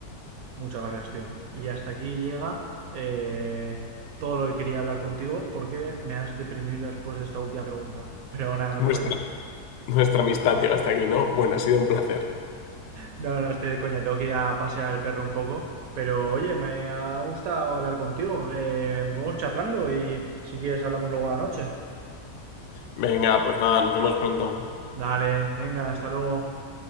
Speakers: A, on the right; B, on the left.
A: Muchas gracias, tío. Y hasta aquí llega eh, todo lo que quería hablar contigo porque me has deprimido después de esta última pregunta. Pero nada, no
B: Nuestra,
A: te rayes.
B: nuestra amistad llega hasta aquí, ¿no? Bueno, ha sido un placer.
A: No, no, estoy de coña. Tengo que ir a pasear al perro un poco. Pero oye, me ha gustado hablar contigo. Eh, vamos charlando y si quieres hablamos luego a la noche.
B: Venga, pues nada, nos vemos pronto.
A: Dale, venga, hasta luego.